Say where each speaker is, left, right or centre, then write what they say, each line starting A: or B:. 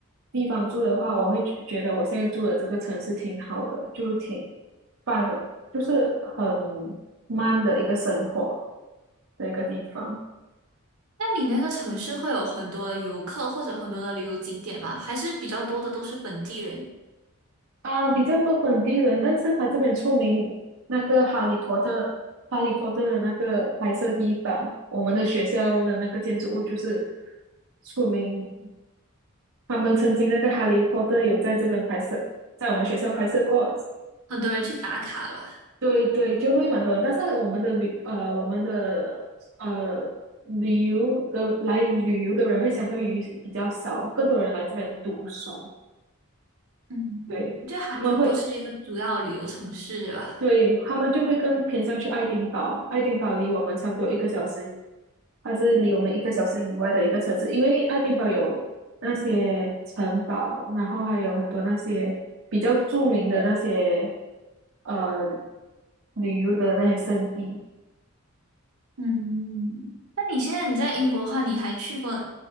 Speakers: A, on the right (about 60°); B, on the right (about 80°).
A: 地方住的话，我会觉觉得我现在住的这个城市挺好的，就挺棒的，就是很慢的一个生活的一个地方。
B: 那你那个城市会有很多的游客或者很多的旅游景点吗？还是比较多的都是本地人，
A: 啊，比较多本地人，但是他这边出名那个《哈利波特》《哈利波特》的那个拍摄地方，我们的学校的那个建筑物就是出名。他们曾经那个《哈利波特》有在这边拍摄，在我们学校拍摄过。
B: 很多人去打卡的吧？
A: 对对，就会蛮多人。但是我们的旅呃，我们的呃旅游的来旅游的人会相对于比较少，更多人来这边读书。
B: 嗯。
A: 对，
B: 就它就不是一个主要旅游城市，
A: 他们会
B: 对吧？
A: 对，他们就会更偏向去爱丁堡。爱丁堡离我们差不多一个小时以，它是离我们一个小时以外的一个城市，因为爱丁堡有那些城堡，然后还有很多那些比较著名的那些呃旅游的那些胜地。
B: 嗯，那你现在你在英国的话，你还去过